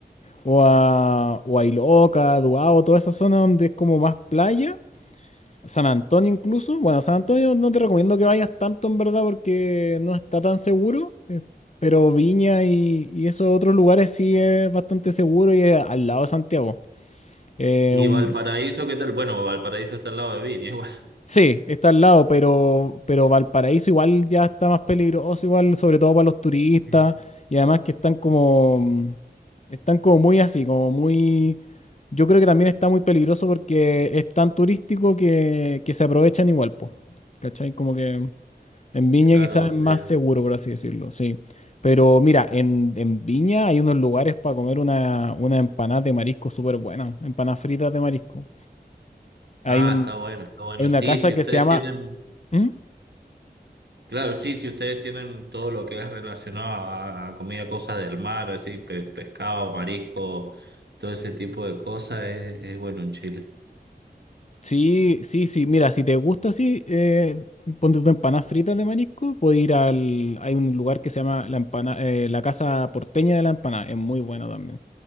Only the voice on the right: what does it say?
¿Y
Valparaíso qué tal? Bueno, Valparaíso está al lado de Viña, <laughs> igual.
Sí.
Claro,
donde-
Ah,
está bueno, está bueno.
Sí,
si
ustedes
tienen,
claro, sí, si ustedes tienen todo lo que es relacionado a, a comida, cosas del mar, así, pe- pescado, marisco, todo ese tipo de cosas, es, es bueno en Chile.